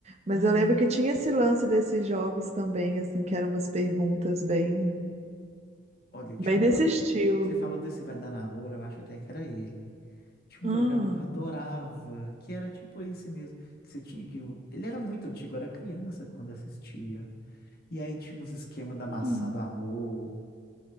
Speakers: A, on the right; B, on the left.
A: Mas
B: Ah,
A: eu
B: mas
A: lembro
B: era,
A: que tinha esse lance desses jogos também, assim, que eram umas perguntas bem
B: olha, tinha
A: Bem
B: um
A: nesse
B: programa,
A: estilo.
B: você falou desse Vai Dar Namoro, eu acho até que era ele. Tinha
A: Hum.
B: um programa que eu adorava, que era tipo esse mesmo, que você tinha que, ele era muito antigo, eu era criança quando assistia. E aí tinha uns esquemas da maçã
A: Hum.
B: do amor,